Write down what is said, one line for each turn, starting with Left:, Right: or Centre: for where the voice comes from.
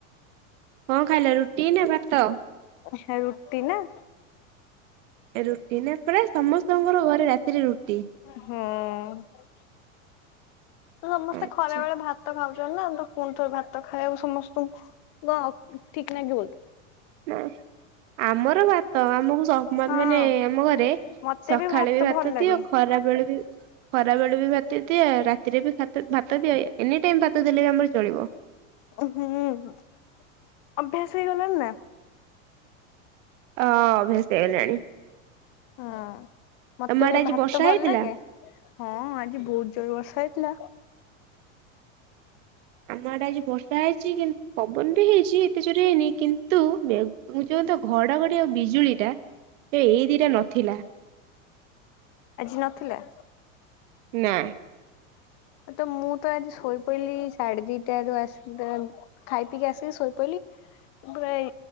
Right: କଣ ଖାଇଲେ ରୁଟି ନା ଭାତ।
Left: ହେ ରୁଟି ନା।
Right: ରୁଟି ନା ପ୍ରାଏ ସମସ୍ତଙ୍କର ଘରେ ରାତିରେ ରୁଟି।
Left: ହଁ ତ ସମସ୍ତେ
Right: ଆଚ୍ଛା।
Left: ଖରା ବେଳେ ଭାତ ଖାଉଚନ୍ତି ନା ତ ପୁଣି ଥର ଭାତ ଖାଇବାକୁ ସମସ୍ତଙ୍କୁ କୁଅ ଆଉ ଠିକ୍ ଲାଗିବ କି।
Right: ନା ଆମର ଭାତ ଆମକୁ ସମ
Left: ହଁ
Right: ମାନେ ଆମ ଘରେ
Left: ମତେ
Right: ସଖାଳେ ବି ଭାତ
Left: ଭଲ ଲାଗେ।
Right: ଦିଏ ଖରା ବେଳେ ବି ଖରା ବେଳେ ବି ଭାତ ଦିଏ ରାତିରେ ବି ଭାତ ଭାତ ଦିଏ ଏନି ଟାଇମ୍ ଭାତ ଦେଲେ ବି ଆମର ଚଳିବ।
Left: ଆଉ ହୁଁ। ଅଭ୍ୟାସ ହେଇଗଲାଣି ନା।
Right: ଅ ଅଭ୍ୟାସ ହେଇଗଲାଣି।
Left: ହଁ ମତେରେ
Right: ତମ ଆଡେ ଆଜି
Left: ଭାତ
Right: ବର୍ଷା
Left: ଭଲ
Right: ହେଇଥିଲା?
Left: ଲାଗେ। ହଁ ଆଜି ବହୁତ୍ ଜୋର ବର୍ଷା ହେଇଥିଲା।
Right: ଆମ ଆଡେ ଆଜି ବର୍ଷା ହେଇଛି କିନ୍‌ ପବନ ବି ହେଇଛି ଏତେ ଜୋର ହେଇନି କିନ୍ ନ୍ତୁ ଏ ଯୋଉ ତ ଘଡଘଡି ଆଉ ବିଜୁଳି ଟା ଏ ଏରିଆର ନଥିଲା।
Left: ଆଜି ନଥିଲା।
Right: ନା।
Left: ତ ମୁଁ ତ ଆଜି ଶୋଇପଇଲି ସାଢେ ଦିଟା ରୁ ଆସିଡାରୁ ଖାଇ ପିକି ଆସି କି ଶୋଇ ପଇଲି। ଭଇ